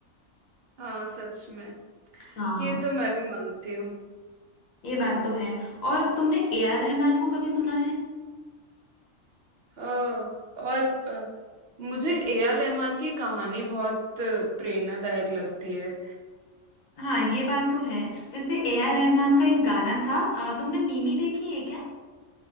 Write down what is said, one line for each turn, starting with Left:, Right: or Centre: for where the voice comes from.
Right: हाँ सच में
Left: हाँ
Right: ये तो मैं भी मानती हूँ
Left: ये बात तो है और तुमने ए आर रहमान को कभी सुना है
Right: अ, और अ, मुझे ए आर रहमान की कहानी बहुत प्रेरणादायक लगती है
Left: हाँ ये बात तो है जैसे ए आर रहमान का एक गाना था अ, तुमने मिमी देखी है क्या